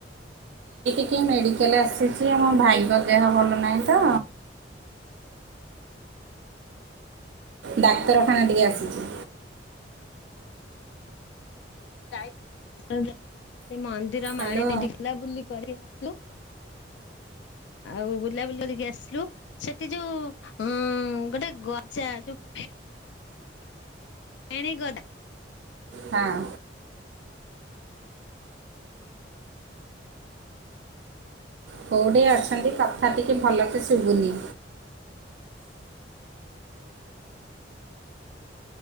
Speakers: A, on the right; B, on the left.
A: ଟିକିଏ ମେଡ଼ିକାଲ ଆସିଛି ଆମ ଭାଇଙ୍କ ଦେହ ଭଲ ନାହିଁ ତ ଡାକ୍ତରଖାନା ଟିକେ ଆସିଛି।
B: ଯାଇଥିଲି ସେ ମନ୍ଦିର
A: ହ୍ୟାଲୋ
B: ମାଳିନୀ ଟିକେ ବୁଲା ବୁଲି କରି ଆସିଲୁ ଆଉ ବୁଲାବୁଲି କରିକି ଆସିଲୁ ସେଠି ଯୋଉ ଉ ହଁ ଗୋଟେ ଗଜା ଯୋଉ ଫେଣି ଗଦା
A: ହଁ। କୋଉଠି ଅଛନ୍ତି କଥା ଟିକେ ଭଲକେ ଶୁଭୁନି।